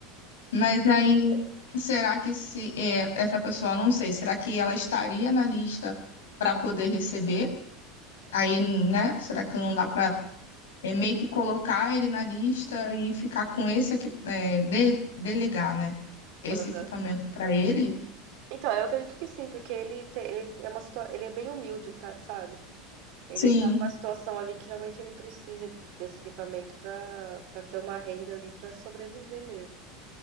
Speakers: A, on the left (about 75°); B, on the right (about 60°).
A: mas aí Será que se é, essa pessoa, não sei, será que ela estaria na lista para poder receber? Aí, né? Será que não dá para meio que colocar ele na lista e ficar com esse aqui, é, de- delegar, né? Esse
B: Aham.
A: equipamento para ele?
B: Então, eu acredito que sim, porque ele, tem, ele é uma situa- ele é bem humilde, tá, sabe? Ele
A: Sim.
B: tá numa situação ali que realmente ele precisa desse equipamento para para ter uma renda ali para sobreviver mesmo.